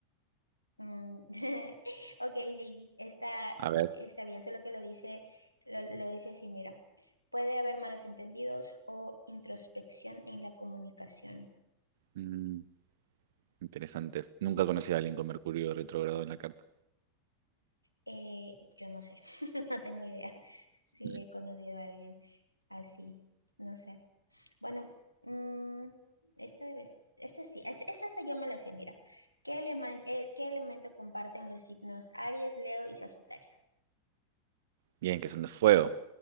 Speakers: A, on the left; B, on the right.
A: Mm, <laughs> Ok, sí, está,
B: A ver,
A: está bien, solo que lo dice, lo, lo dice así, mira. Puede haber malos entendidos o introspección en la comunicación.
B: mm, interesante. Nunca conocí a alguien con Mercurio retrógrado en la carta.
A: Eh, yo no sé, <laughs> no tengo idea <laughs> si
B: Mm.
A: he conocido a alguien así, no sé. Bueno, mm, esta debes, esta sí, es- esta hasta yo me la sé, mira. ¿Qué elemen- eh, qué elemento comparten los signos Aries, Leo y Sagitario?
B: Bien, que son de fuego.